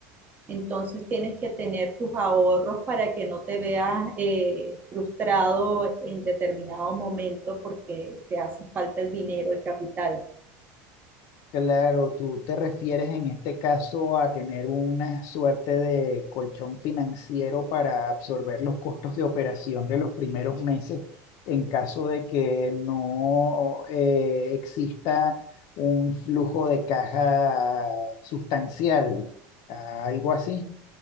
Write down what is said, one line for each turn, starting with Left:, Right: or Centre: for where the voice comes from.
Right: Entonces tienes que tener tus ahorros para que no te veas eh, frustrado en determinado momento porque te hace falta el dinero, el capital.
Left: Claro, tú te refieres en este caso a tener una suerte de colchón financiero para absorber los costos de operación de los primeros meses en caso de que no eh, exista un flujo de caja sustancial, algo así.